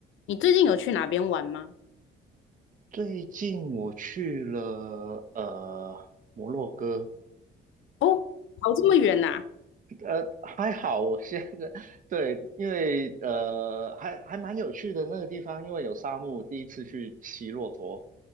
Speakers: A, on the left (about 80°); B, on the right (about 40°).
A: 你最近有去哪边玩吗？
B: 最近我去了呃摩洛哥，
A: 哦，跑这么远呐、
B: 呃还好，我现在 <laughs> 对，因为呃还还蛮有趣的那个地方，因为有沙漠，第一次去骑骆驼，